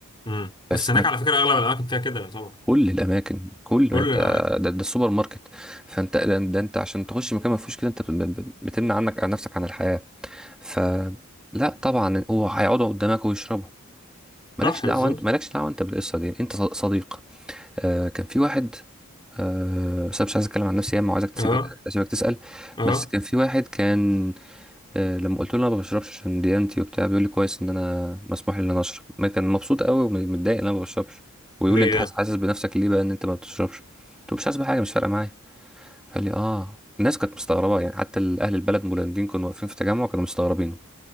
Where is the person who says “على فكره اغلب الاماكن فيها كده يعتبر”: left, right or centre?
Left